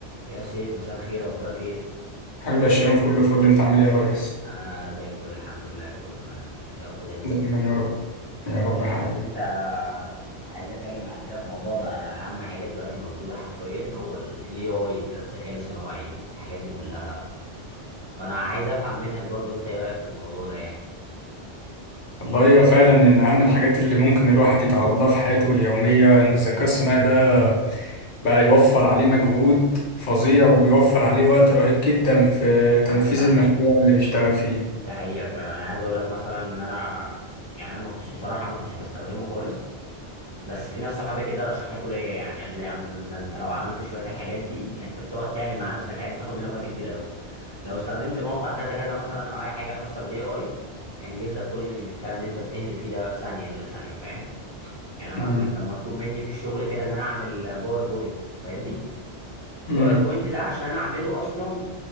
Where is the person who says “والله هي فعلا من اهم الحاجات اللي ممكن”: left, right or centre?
Left